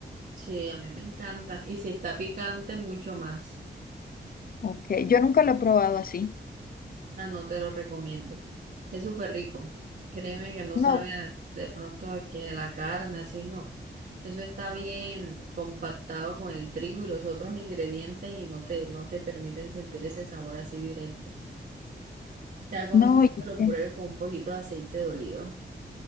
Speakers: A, on the right; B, on the left.
A: Sí, a mí me encanta. Y si está picante, mucho más.
B: ¿ok? Yo nunca lo he probado así.
A: Ah, no te lo recomiendo. Es súper rico. Créeme que no
B: No,
A: sabe a- de pronto a que la carne, así no. Eso está bien compactado con el trigo y los otros ingredientes y no te, no te permiten sentir ese sabor así directo. Te aconsejo
B: no, oye.
A: que lo pruebes con un poquito de aceite de oliva.